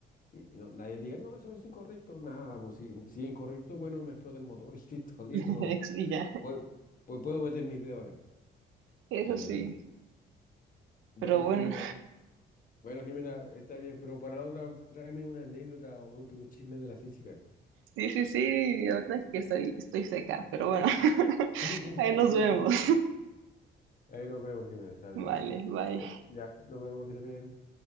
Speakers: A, on the left; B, on the right.
A: y- y no- nadie diga, no, eso es incorrecto. Nada, pues si, <laughs> si es incorrecto, bueno, me explota el motor <laughs> y listo, listo,
B: <laughs>
A: no.
B: Ex- Y ya,
A: Puedo, pu- puedo meter mis dedos acá.
B: eso
A: Eh,
B: sí.
A: bueno,
B: Pero bueno,
A: Jimena, bueno, Jimena, está bien, pero para la otra, tráeme una anécdota o un último un chisme de la física.
B: sí, sí, sí, la verdad es que estoy, estoy seca, pero bueno, <laughs>
A: <laughs> Puta,
B: ahí nos
A: que-
B: vemos.
A: Ahí nos vemos, Jimena, está bien.
B: Vale, bye.
A: Eh, ya, nos vemos, que te bien.